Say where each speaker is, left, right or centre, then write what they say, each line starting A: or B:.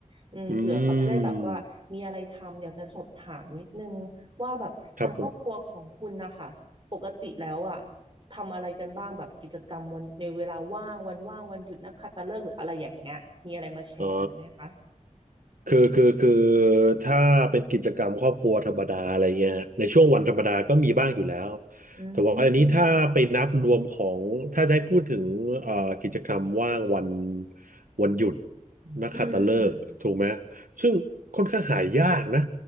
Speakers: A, on the right (about 40°); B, on the right (about 85°).
A: อืมเผื่อเขาจะได้แบบว่ามีอะไรทำอยากจะสอบถามนิดนึงว่าแบบทางครอบครัวของคุณนะคะปกติแล้วอ่ะ
B: อืมครับผม
A: ทำอะไรกันบ้างแบบกิจกรรมวันในเวลาว่างวันว่างวันหยุดนักขัตฤกษ์หรืออะไรอย่างเงี้ยมีอะไรมาแชร์กันไหมคะ
B: อ๋อคือคือคือถ้าเป็นกิจกรรมครอบครัวธรรมดาอะไรเงี้ยฮะในช่วงวันธรรมดาก็มีบ้างอยู่แล้ว
A: อื
B: แต่ว่าอันนี้ถ้าไปนับรวมของถ้าจะให้พูดถึงเอ่อกิจกรรมว่างวัน
A: ม
B: วันหยุดนักขัตฤกษ์ถูกไหม
A: อืม
B: ซึ่งค่อนข้างหายากนะ